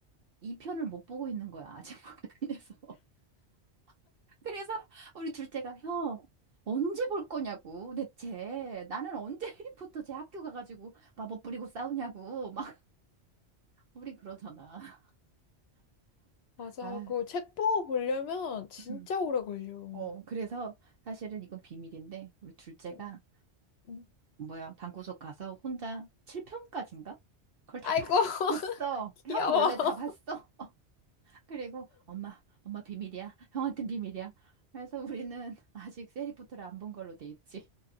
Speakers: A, on the right; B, on the left.
A: 2편을 못 보고 있는 거야. 아직 못 끝내서. <laughs> 그래서 우리 둘째가 형 언제 볼 거냐고 대체 나는 언제 해리포터 제 학교 가가지고 마법 부리고 싸우냐고 막 <laughs> 우리 그러잖아.
B: 맞아.
A: 아,
B: 그거 책 보고 보려면 진짜
A: 음.
B: 오래 걸려.
A: 어, 그래서 사실은 이건 비밀인데, 우리 둘째가,
B: 응, 응.
A: 뭐야, 방구석 가서 혼자 7편까지인가? 그걸 다
B: 아이고,
A: 봤,
B: <laughs>
A: 봤어. 형
B: 귀여워.
A: 몰래 다 봤어. <laughs> 그리고 엄마, 엄마 비밀이야. 형한텐 비밀이야. 그래서 우리는 <laughs> 아직 세리포트를 안 본 걸로 돼 있지.